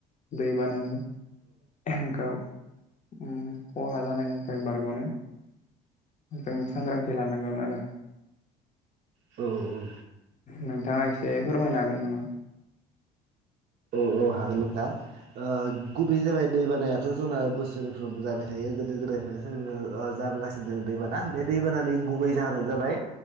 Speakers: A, on the left (about 35°); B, on the right (about 50°).
A: दै बानानि गाव उम खहा जानायनिफ्राय बारगनो जों सांग्रांथि लानांगोन आरो
B: औ औ।
A: नोंथाङा एसे फोरमायनो हागोन नामा?
B: औ हागोन नोंथां ओ गुबैयै जाबाय दै बानाया थ जोंना बोसोरफ्रोमबो जाबाय थायो गोदो गोदायनिफ्रायनो सोरबा जाबोगासिनो दों दैबाना बे दैबानानि गुबै जाहोनानो जाबाय